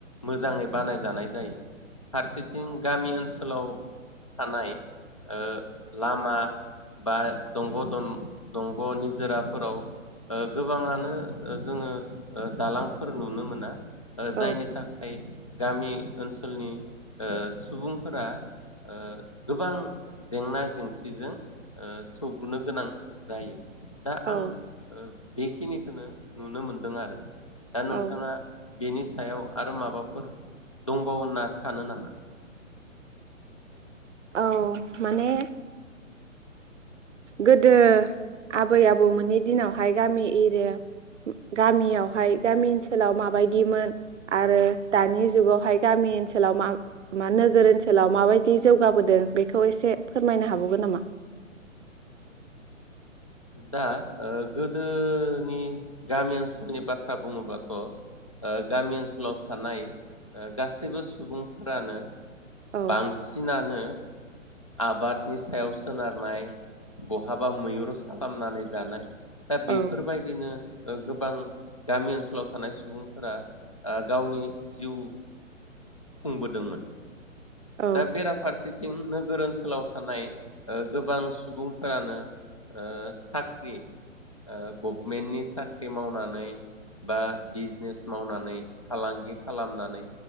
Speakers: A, on the left (about 25°); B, on the right (about 65°).
A: मोजाङै बानायजानाय जायो फारसेथिं गामि ओनसोलाव थानाय ओ लामा बा दंग' दन दंग' निजोराफोराव ओ गोबाङानो ओ जोङो ओ दालांफोर नुनो मोना ओ
B: औ
A: जायनि था गामि ओनसोलनि ओ सुबुंफोरा ओ गोबां जेंना जेंसिजों ओ सौग्रुनो गोनां जायो दा
B: औ
A: आं ओ बेखिनिखौनो नुनो मोनदों आरो दा नोंथाङा
B: औ
A: बेनि सायाव आरो माबाफोर दंबावो होनना सानो नामा
B: औ माने गोदो आबै आबौमोननि दिनावहाय गामि एरिया गामियावहाय गामि ओनसोलाव माबायदिमोन आरो दानि जुगावहाय गामि ओनसोलाव मा मा नोगोर ओनसोलाव माबायदि जौगाबोदों बेखौ एसे फोरमायनो हाबावगोन नामा?
A: दा ओ गोदोनि गामि ओनसोलनि बाथ्रा बुङोबाथ' ओ गामि ओनसोलाव थानाय ओ गासैबो सुबुंफोरानो
B: औ
A: बांसिनानो आबादनि सायाव सोनारनाय बहाबा मैहुर खालामनानै जानाय दा बेफोरबायदिनो
B: औ
A: गोबां गामि ओनसोलाव थानाय सुबुंफोरा गावनि जिउ खुंबोदोंमोन
B: औ
A: दा बेरा फारसे थिं नोगोर ओनसोलाव थानाय ओ गोबां सुबुंफोरानो ओ साख्रि ओ गभमेन्टनि साख्रि मावनानै बा बिजनेस मावनानै फालांगि खालामनानै